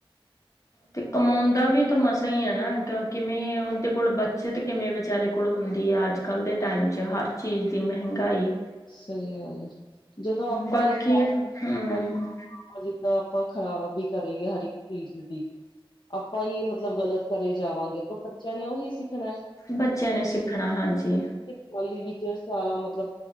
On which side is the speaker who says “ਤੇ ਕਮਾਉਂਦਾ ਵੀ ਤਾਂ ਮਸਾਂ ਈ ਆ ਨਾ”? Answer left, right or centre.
Left